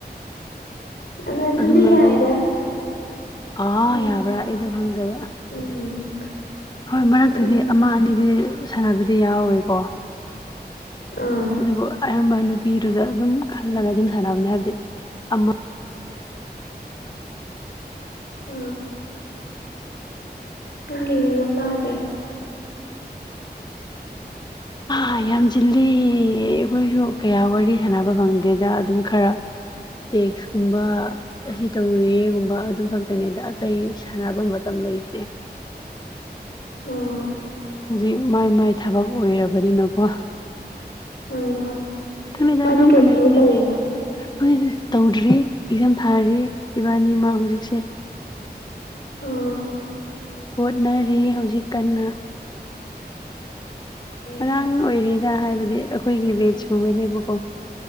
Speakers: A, on the left; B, on the left.
A: ꯑꯗꯨꯗꯤ
B: ꯑꯗꯨꯃꯔꯤ
A: ꯌꯥꯏꯗ
B: ꯑꯥ
A: ꯎꯝ
B: ꯌꯥꯕ꯭ꯔꯥ ꯑꯩꯗ ꯐꯪꯗꯕ
A: ꯎꯝ
B: ꯍꯣꯏ ꯃꯔꯛꯇꯗꯤ
A: ꯎꯝ
B: ꯑꯃ ꯑꯅꯤꯗꯤ ꯁꯥꯟꯅꯕꯗꯤ ꯌꯥꯎꯋꯦꯀꯣ
A: ꯑꯥ
B: ꯑꯗꯨꯕꯨ ꯑꯌꯥꯝꯕ ꯅꯨꯄꯤꯗꯨꯗ ꯑꯗꯨꯝ ꯈꯜꯂꯒ ꯑꯗꯨꯝ ꯁꯥꯟꯅꯕꯅꯦ ꯍꯥꯏꯕꯗꯤ ꯑꯃ
A: ꯎꯝ ꯅꯪꯤꯅꯦ ꯋꯥ ꯀꯥꯗ꯭ꯔꯦ
B: ꯑꯥ ꯌꯥꯝ ꯆꯤꯜꯂꯤ ꯑꯩꯈꯣꯏꯁꯨ ꯀꯌꯥ ꯋꯥꯔꯤ ꯁꯥꯟꯅꯕ ꯐꯪꯗꯦꯗ ꯑꯗꯨꯝ ꯈꯔ ꯇꯦꯛꯁꯀꯨꯝꯕ ꯑꯁꯤ ꯇꯧꯔꯤꯌꯦꯒꯨꯝꯕ ꯑꯗꯨ ꯈꯛꯇꯅꯤꯗ ꯑꯇꯩ ꯁꯥꯟꯅꯕ ꯃꯇꯝ ꯂꯩꯇꯦ
A: ꯑ
B: ꯍꯧꯖꯤꯛ ꯃꯥꯏ ꯃꯥꯏ ꯊꯕꯛ ꯑꯣꯏꯔꯕꯅꯤꯅꯀꯣ
A: ꯑꯥ
B: ꯑꯗꯨꯗ
A: ꯃꯥꯗꯤ
B: ꯑꯗꯨꯝ
A: ꯀꯩ
B: ꯃꯅꯔꯅꯤ
A: ꯊꯕꯛ ꯇꯧꯔꯤꯅꯣ
B: ꯍꯣꯏ ꯇꯧꯗ꯭ꯔꯤ ꯑꯦꯛꯖꯥꯝ ꯊꯥꯔꯤ ꯏꯕꯥꯅꯤꯃ ꯍꯧꯖꯤꯛꯁꯦ
A: ꯎꯝ
B: ꯍꯣꯠꯅꯔꯤ ꯍꯧꯖꯤꯛ ꯀꯟꯅ
A: ꯑꯦ
B: ꯑꯉꯥꯡ ꯑꯣꯏꯔꯤ ꯍꯥꯏꯕꯗꯤ ꯑꯩꯈꯣꯏꯒꯤ ꯕꯦꯖꯀꯨꯝꯕꯅꯦꯕꯀꯣ